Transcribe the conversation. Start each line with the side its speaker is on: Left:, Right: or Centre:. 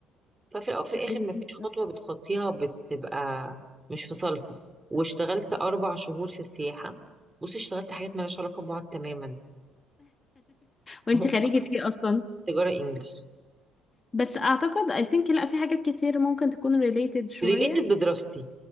Right: ففي الأول وفي الآخر
Left: <laughs>
Right: مفيش خطوة بتخطيها بتبقى مش في صالحك واشتغلت أربع شهور في السياحة بصي اشتغلت حاجات مالهاش علاقة ببعض تماما
Left: وانتي
Right: <laughs>
Left: خريجة ايه اصلا
Right: تجارة إنجلش
Left: بس اعتقد I think لا في حاجات كتير ممكن تكون related شوية
Right: ريليتد بدراستي